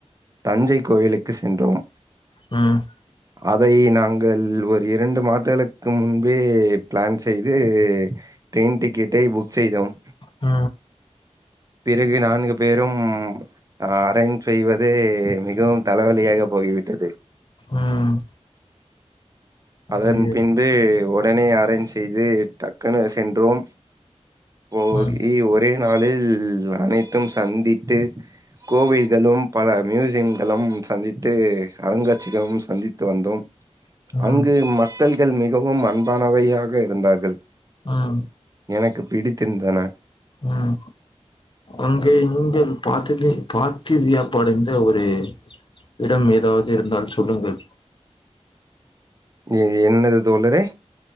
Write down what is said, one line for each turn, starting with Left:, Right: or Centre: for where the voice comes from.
Right: தஞ்சை கோயிலுக்கு சென்றோம்
Left: ம்
Right: அதை நாங்கள் ஒரு இரண்டு மாதங்களுக்கு முன்பே பிளான் செய்து ட்ரெயின் டிக்கெட்டை புக் செய்தோம்
Left: அ
Right: பிறகு நான்கு பேரும் அ அரேஞ் செய்வதே மிகவும் தலைவலியாக போகிவிட்டது
Left: ம்
Right: அதன்
Left: ஐயோ
Right: பின்பு உடனே அரேஞ்ச் செய்து டக்குனு சென்றோம் போகி
Left: ம்
Right: ஒரே நாளில் அனைத்தும் சந்தித்து கோவில்களும் பல மியூசியம்களும் சந்தித்து அருங்காட்சிகளும் சந்தித்து வந்தோம் அங்கு
Left: ம்
Right: மக்கள்கள் மிகவும் அன்பானவையாக இருந்தார்கள்
Left: ம்
Right: எனக்கு பிடித்திருந்தன
Left: ம் அங்க‌ நீங்கள் பாத்தது பாத்து வியாப்படைந்த ஒரு இடம் ஏதாவது இருந்தால் சொல்லுங்கள்
Right: ஏ என்னது தோழரே